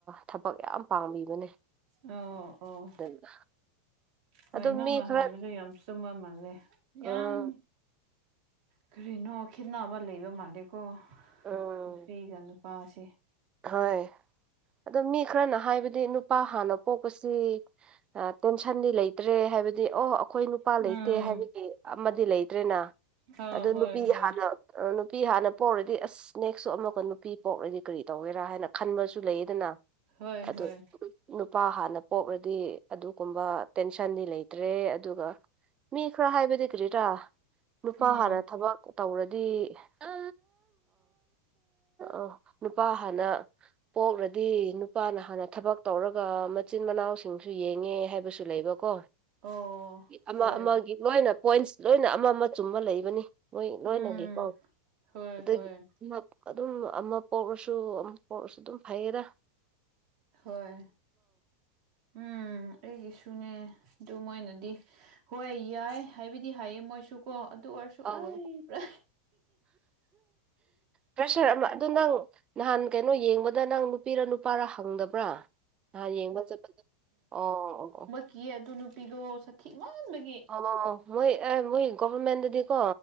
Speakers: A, on the right; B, on the right.
A: ꯊꯕꯛ ꯌꯥꯝ ꯄꯥꯝꯕꯤꯕꯅꯦ
B: ꯑꯣ ꯑꯣ
A: ꯑꯗꯨꯅ
B: ꯍꯣꯏ
A: ꯑꯗꯨꯝ
B: ꯅꯪꯅ
A: ꯃꯤ ꯈꯔ
B: ꯍꯥꯏꯕꯗꯨ ꯌꯥꯝ ꯆꯨꯝꯕ ꯃꯥꯜꯂꯦ ꯌꯥꯝ
A: ꯎꯝ
B: ꯀꯔꯤꯅꯣ ꯈꯦꯠꯅꯕ ꯂꯩꯕ ꯃꯥꯜꯂꯦꯀꯣ
A: ꯎꯝ
B: ꯅꯨꯄꯤꯒ ꯅꯨꯄꯥꯁꯦ
A: ꯍꯣꯏ ꯑꯗꯣ ꯃꯤ ꯈꯔꯅ ꯍꯥꯏꯕꯗꯤ ꯅꯨꯄꯥ ꯍꯥꯟꯅ ꯄꯣꯛꯄꯁꯤ ꯇꯦꯟꯁꯟꯗꯤ ꯂꯩꯇ꯭ꯔꯦ ꯍꯥꯏꯕꯗꯤ ꯑꯣ ꯑꯩꯈꯣꯏ ꯅꯨꯄꯥ
B: ꯎꯝ
A: ꯂꯩꯇꯦ ꯍꯥꯏꯕꯒꯤ ꯑꯃꯗꯤ ꯂꯩꯇ꯭ꯔꯦꯅ
B: ꯑꯥ
A: ꯑꯗꯨ
B: ꯍꯣꯏ
A: ꯅꯨꯄꯤ
B: ꯍꯣꯏ
A: ꯍꯥꯟꯅ ꯅꯨꯄꯤ ꯍꯥꯟꯅ ꯄꯣꯛꯔꯗꯤ ꯑꯁ ꯅꯦꯛꯁꯨ ꯑꯃꯒ ꯅꯨꯄꯤ ꯄꯣꯛꯔꯗꯤ ꯀꯔꯤ ꯇꯧꯒꯦꯔꯥ ꯍꯥꯏꯅ ꯈꯟꯕꯁꯨ ꯂꯩꯌꯦꯗꯅ
B: ꯍꯣꯏ
A: ꯑꯗꯨ
B: ꯍꯣꯏ
A: ꯅꯨꯄꯥ ꯍꯥꯟꯅ ꯄꯣꯛꯂꯗꯤ ꯑꯗꯨꯒꯨꯝꯕ ꯇꯦꯟꯁꯟꯗꯤ ꯂꯩꯇ꯭ꯔꯦ ꯑꯗꯨꯒ ꯃꯤ ꯈ꯭ꯔ ꯈꯏꯕꯗꯤ ꯀꯔꯤꯔꯥ ꯅꯨꯄꯥ
B: ꯎꯝ
A: ꯍꯥꯟꯅ ꯊꯕꯛ ꯇꯧꯔꯗꯤ ꯑ ꯑ ꯅꯨꯄꯥ ꯍꯟꯅꯥ ꯄꯣꯛꯂꯗꯤ ꯅꯨꯄꯥꯅ ꯍꯥꯟꯅ ꯊꯕꯛ ꯇꯧꯔꯒ ꯃꯆꯤꯟ ꯃꯅꯥꯎꯁꯤꯡꯁꯨ ꯌꯦꯡꯉꯦ ꯍꯥꯏꯕꯁꯨ ꯂꯩꯕ ꯀꯣ
B: ꯑꯣ
A: ꯑꯃ
B: ꯍꯣꯏ
A: ꯑꯃꯒꯤ ꯂꯣꯏꯅ ꯄꯣꯏꯟꯁ ꯂꯣꯏꯅ ꯑꯃ ꯑꯃ ꯆꯨꯝꯕ ꯂꯩꯕꯅꯤ ꯃꯣꯏ
B: ꯎꯝ
A: ꯂꯣꯏꯅꯒꯤꯀꯣ
B: ꯍꯣꯏ
A: ꯑꯗꯨꯒꯤ
B: ꯍꯣꯏ
A: ꯑꯗꯨꯝ ꯑꯃ ꯄꯣꯛꯔꯁꯨ ꯑꯃ ꯄꯣꯛꯔꯁꯨ ꯑꯗꯨꯝ ꯐꯩꯌꯦꯗꯥ
B: ꯍꯣꯏ ꯎꯝ ꯑꯩꯒꯤꯁꯨꯅꯦ ꯑꯗꯨ ꯃꯣꯏꯅꯗꯤ ꯍꯣꯏ ꯌꯥꯏ ꯍꯥꯏꯕꯗꯤ ꯍꯥꯏꯌꯦ ꯃꯣꯏꯁꯨ ꯀꯣ ꯑꯗꯨ ꯑꯣꯏꯔꯁꯨ ꯁꯨ
A: ꯑꯧ
B: ꯑꯩꯕ꯭ꯔꯥ
A: ꯄ꯭ꯔꯦꯁꯔ ꯑꯃ ꯑꯗꯨ ꯅꯪ ꯅꯍꯥꯟ ꯀꯩꯅꯣ ꯌꯦꯡꯕꯗ ꯅꯪ ꯅꯨꯄꯤꯔ ꯅꯨꯄꯥꯔ ꯍꯪꯗꯕ꯭ꯔꯥ ꯅꯍꯥꯟ ꯌꯦꯡꯕ ꯆꯠꯄꯗ ꯑꯣ ꯑꯣ ꯑꯣ
B: ꯀ ꯑꯗꯨ ꯅꯨꯄꯤꯗꯣ ꯁꯈꯤ ꯃꯥꯟꯕꯒꯤ
A: ꯑꯣ ꯃꯣꯏ ꯑꯦ ꯃꯣꯏ ꯒꯣꯕꯔꯃꯦꯟꯗꯗꯤꯀꯣ